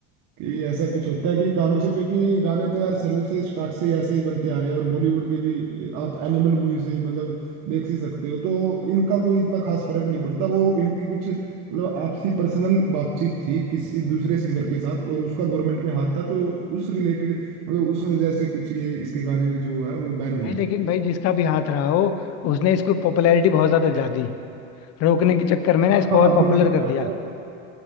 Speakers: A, on the right (about 55°); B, on the left (about 50°).
A: कि ऐसा कुछ होता है कि गानों से क्योंकि गाने तो यार शुरू से स्टार्ट से ही ऐसे ही बनते आ रहे हैं और बॉलीवुड के भी आप एनिमल मूवी से ही मतलब देख ही सकते हो तो इनका कोई इतना खास फर्क नहीं पड़ता वो इनकी कुछ मतलब आपसी पर्सनल बातचीत थी किसी दूसरे सिंगर के साथ और उसका गवर्नमेंट में हाथ था तो उस रिलेटेड मतलब उस वजह से कुछ ये इसके गाने में जो है वो बैन हुए
B: भाई लेकिन
A: थे
B: भाई जिसका भी हाथ रहा हो उसने इसको पॉपुलैरिटी बहुत ज्यादा दिला दी रोकने के चक्कर में ना इसको
A: हाँ
B: और पॉपुलर
A: बिल्कुल
B: कर
A: भाई
B: दिया
A: वो